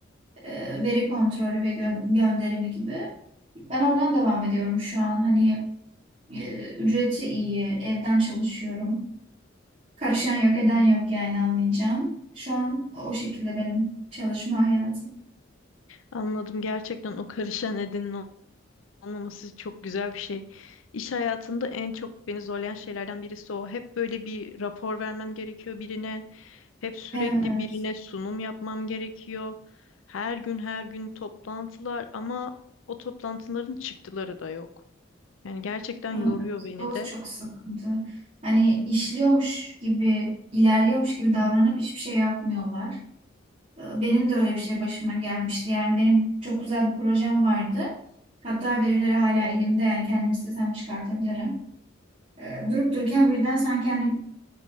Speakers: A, on the right; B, on the left.
A: E, veri kontrolü ve gö- gönderimi gibi. Ben oradan devam ediyorum şu an. Hani e, ücreti iyi, evden çalışıyorum. Karışan yok, eden yok yani anlayacağım. Şu an o şekilde benim çalışma hayatım.
B: Anladım gerçekten o karışan nedenin anlaması çok güzel bir şey. İş hayatında en çok beni zorlayan şeylerden birisi o. Hep böyle bir rapor vermem gerekiyor birine. Hep sürekli
A: Evet.
B: birine sunum yapmam gerekiyor. Her gün her gün toplantılar ama o toplantıların çıktıları da yok. Yani gerçekten yoruyor
A: evet.
B: beni
A: O
B: de.
A: çok sıkıntı. Hani işliyormuş gibi, ilerliyormuş gibi davranıp hiçbir şey yapmıyorlar. Ee, Benim de öyle bir şey başıma gelmişti. Yani benim çok güzel bir projem vardı. Hatta verileri hala elimde yani kendim istesem çıkartabilirim. Ee, durup dururken birden sanki hani